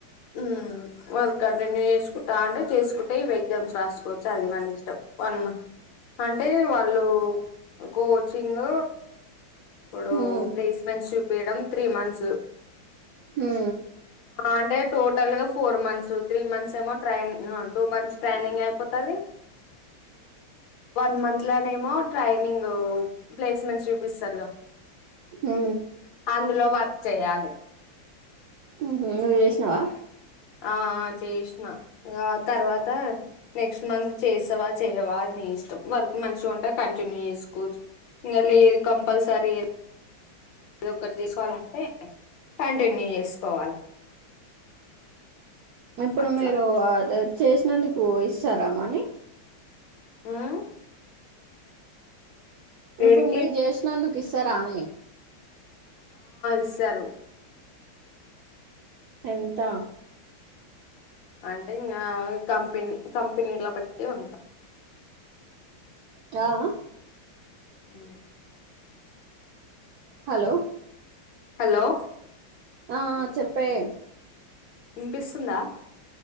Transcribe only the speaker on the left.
ఉమ్ వర్క్ కంటిన్యూ చేస కా అంటే చేసుకుంటే ఎగ్జామ్స్ రాసుకోవచ్చు అది మన ఇష్టం వన్ మంత్ అంటే వాళ్ళు కోచింగ్ ఇప్పుడు
ప్లేస్మెంట్స్ చూపియిడం త్రీ మంత్స్
అంటే టోటల్ గా four months three months amount training two months training అయిపోత కావి వన్ మంత్లోనేమో ట్రైనింగ్ ప్లేస్మెంట్ చూపిస్తారుగా
అందులో వర్క్ చేయాలె
ఆ చేషినా ఆ తర్వాత నెక్స్ట్ మంత్ చేస్తావా చేయవా అ నే ఇష్టం వర్క్ మంచిగా ఉంటే కంటిన్యూ చేసుకోవచ్చు ఇంగ లేదు కంపల్సరీ అది ఒక్కటి తీసుకోవాలంటే కంటిన్యూ చేసుకోవాలి
అట్లా
ఉమ్ లేడికి
వస్తారు
అంటే ఇంకా కంపెనీ కంపెనీల బట్టి ఉంట
ఈ
హలో
వినిపిస్తుందా